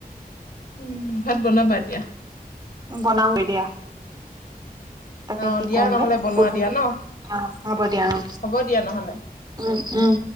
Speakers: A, on the left (about 65°); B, on the right (about 25°).
A: উম ভাত বনাবা এতিয়া।
B: বনাও গে দিয়া। তাকে
A: অ
B: কি
A: দিয়া
B: কওঁ
A: নহ'লে
B: গে
A: বনোৱা
B: সোধো
A: দিয়া ন
B: অ হব দিয়া অ।
A: হ'ব দিয়া নহ'লে
B: উম উম।